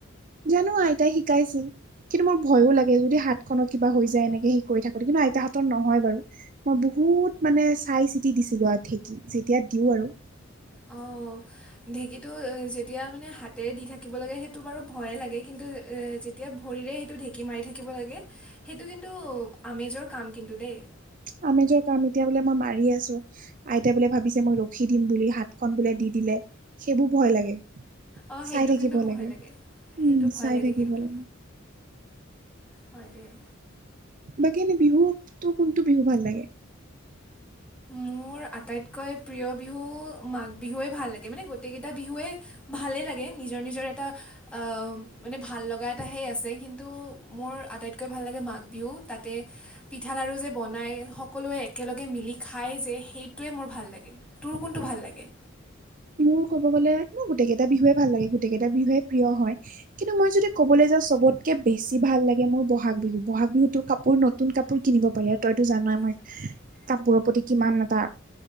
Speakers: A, on the right; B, in the centre.
A: জানো আইতাই শিকাইছিল, কিন্তু মোৰ ভয়ো লাগে যদি হাত- খনত কিবা হৈ যায় এনেকে সি কৰি থাকোতে কিন্তু আইতাহ হাতত নহয় বাৰু। মই বহুত মানে চাই চিতি দিছিলোঁ আৰু ঢেঁকী যেতিয়া দিওঁ আৰু।
B: অঁহ। ঢেঁকীটো এ যেতিয়া মানে হাতেৰে দি থাকিব লাগে সেইটো বাৰু ভয়ে লাগে কিন্তু এতিয়া ভৰিৰে সেইটো ঢেঁকী মাৰি থাকিব লাগে সেইটো কিন্তু আমেজৰ কাম কিন্তু দেই।
A: আমেজৰ কাম এতিয়া বোলে মই মাৰি আছো। আইতাই বোলে ভাবিছে মই ৰখি দিম বুলি হাতখন বোলে দি দিলে সেইবোৰ ভয় লাগে।
B: অঁ সেইটো
A: চাই থাকিব
B: কিন্তু ভয়
A: লাগে,
B: সেইটো
A: উম
B: ভয়
A: চাই থাকিব
B: কিন্তু
A: লাগে।
B: হয় দেই
A: বাকী এনেই বিহু তোৰ কোনটো বিহু ভাল লাগে?
B: মোৰ আটাইতকৈ প্ৰিয় বিহু মাঘ বিহুৱেই ভাল লাগে মানে গোটেইকেইটা বিহুৱেই ভালেই লাগে নিজৰ নিজৰ এটা আহ মানে ভাল লগা এটা সেই আছে। কিন্তু মোৰ আটাইত কে ভাল লাগে মাঘ বিহু তাতে পিঠা লাৰু যে বনায় সকলোৱে একেলগে মিলি খাই যে সেইটোৱে মোৰ ভাল লাগে, তোৰ কোনটো ভাল লাগে?
A: মোৰ ক'ব গ'লে মোৰ গোটেইকেইটা বিহুৱে ভাল লাগে গোটেইকেইটা বিহুৱে প্ৰিয় হয়। কিন্তু মই যদি ক'বলৈ যাওঁ চবতকে বেছি ভাল লাগে মোৰ বহাগ বিহু বহাগ বিহুত তোৰ কাপোৰ নত নতুন কাপোৰ কিনিব পাৰি আৰু তইতো জানো আমাৰ।
B: <inaudible>
A: কাপোৰৰ প্ৰতি কিমান এটা,